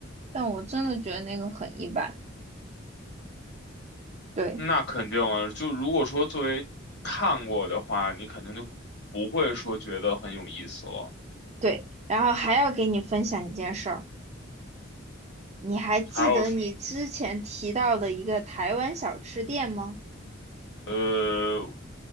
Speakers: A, on the right (about 35°); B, on the left (about 55°).
A: 但我真的觉得那个很一般。对
B: 那肯定啊，就如果说作为看过的话，你肯定就不会说觉得很有意思了。
A: 对，然后还要给你分享一件事儿，你还记得你之前提到的一个台湾小吃店吗？
B: 还有呃，